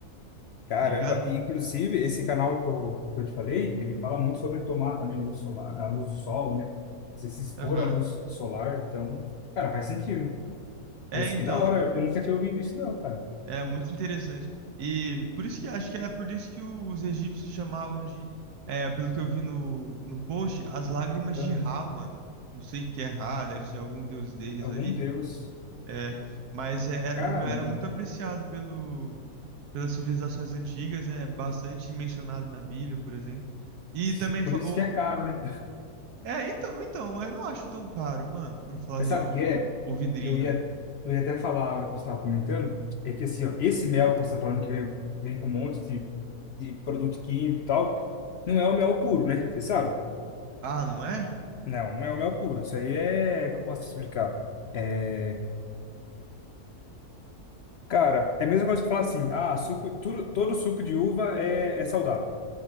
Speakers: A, on the left; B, on the right.
A: Caramba,
B: Tá ligado?
A: e inclusive esse canal que eu, que eu te falei, ele fala muito sobre tomar também luz solar, a luz do sol, né? Você se expor
B: Aham.
A: à luz solar, então, cara, faz sentido.
B: É,
A: Mas
B: então.
A: que da hora, eu nunca tinha ouvido isso não, cara.
B: É muito interessante. E por isso que acho que é por isso que o- os egípcios chamavam de. É, pelo que eu vi no, no post, as lágrimas de
A: Ah,
B: Ra, mano. Não sei o que é Ra, deve ser algum deus deles
A: Algum
B: aí.
A: Deus.
B: É, mas é,
A: Caramba,
B: o meu era muito apreciado pelo, pelas civilizações antigas, é bastante mencionado na Bíblia, por exemplo. E
A: se-
B: também,
A: por
B: fa-
A: isso
B: o-
A: que é caro, né?
B: é, então, então, eu não acho tão caro, mano, pra
A: <laughs>
B: falar
A: Mas
B: real,
A: sabe o que é?
B: o, o vidrinho.
A: Eu ia, eu ia até falar a hora que você estava comentando, é que assim, ó, esse mel que você está falando que vem, vem com um monte de, de produto químico e tal, não é o mel puro, né? Você sabe?
B: Ah, não é?
A: Não, não é o mel puro. Isso aí é. Como posso explicar? É, cara, é a mesma coisa que falar assim: ah, suco, tudo, todo suco de uva é, é saudável.